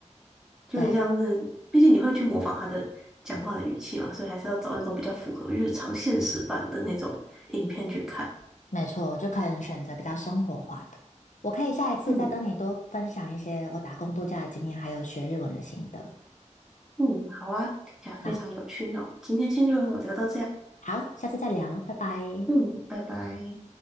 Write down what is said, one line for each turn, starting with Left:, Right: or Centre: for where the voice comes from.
Centre: 就很像是，
Left: 对，
Centre: 毕竟你会去模仿他的讲话的语气嘛，所以还是要找那种比较符合日常现实版的那种影片去看。
Left: 没错，就可能选择比较生活化的。我可以下一次再跟你多分享一些我打工度假的经验，
Centre: 嗯
Left: 还有学日文的心得。
Centre: 嗯，好啊，听起来非常有趣，
Left: 那
Centre: 那我们今天先就聊到这样。
Left: 好，下次再聊，拜拜。
Centre: 嗯，拜拜。